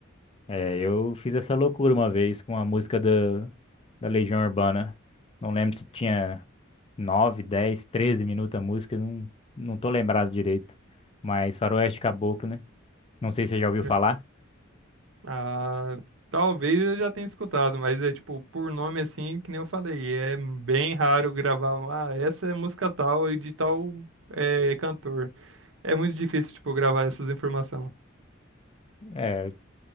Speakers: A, on the left; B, on the right.
A: é, eu fiz essa loucura uma vez com a música da, da Legião Urbana. Não lembro se tinha 9 10 13 minutos a música, não, não tô lembrado direito. Mas Faroeste Caboclo, né? Não sei se você já ouviu
B: É.
A: falar.
B: Ah, talvez eu já tenha escutado, mas é tipo, por nome assim, que nem eu falei, é bem raro gravar, um, ah, essa é música tal e de tal é, cantor. É muito difícil, tipo, gravar essas informações.
A: É,